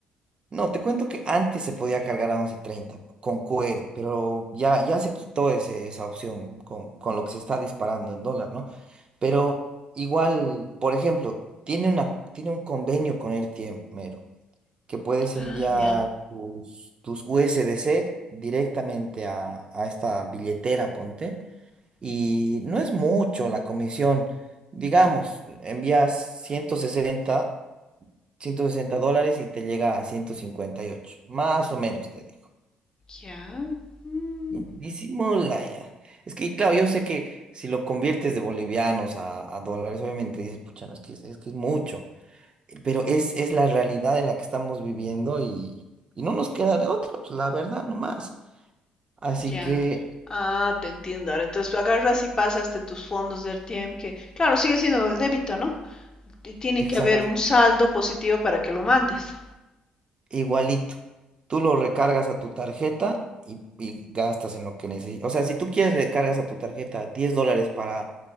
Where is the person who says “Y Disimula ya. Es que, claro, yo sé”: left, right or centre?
Right